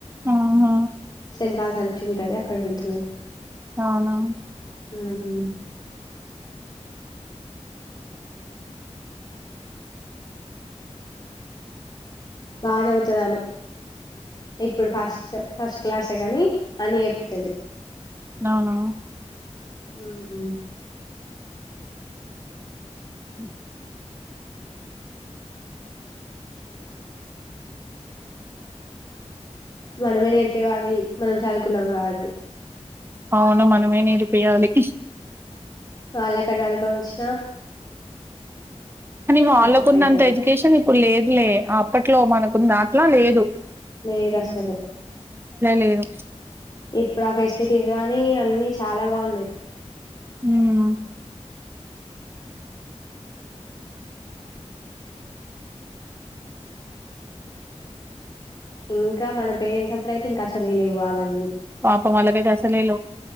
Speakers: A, on the right (about 20°); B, on the left (about 35°).
A: అవును
B: ఎంతల్స్ అనేసి ఉంటది అక్కడికి వెళ్తున్నారు
A: అవునా
B: ఉమ్ బాగా చదువుతాది ఆమె ఇప్పుడు ఫస్ట్ స్ట్ ఫస్ట్ క్లాస్ ఏ గాని అని చెప్తది
A: అవునా
B: ఉమ్
A: ఉ
B: మనమే నేర ఇవ్వాలి మనం చావ్ కులవాటి
A: అవును మనమే నేర్పియ్యాలి
B: వాళ్ల అక్కడ చదువుకోవచ్చు
A: అని వాళ్లకు
B: పర్ఫెక్ట్
A: ఉన్నంత
B: అయితారు
A: ఎడ్యుకేషన్ ఇప్పుడు లేదులే అప్పట్లో మనకుంది అట్లా లేదు డు
B: లేదు అసలే
A: లేదు
B: ఇప్పుడు ఆ ఫెసిలిటీస్ కానీ అన్ని చాలా బాగున్నాయి
A: ఉమ్
B: ఇంకా మనం పేరెంట్స్ అప్పుడు అయితే ఇంకా అసలే లేవు అవన్నీ
A: పాపం వాళ్ళకైతే అసలే లో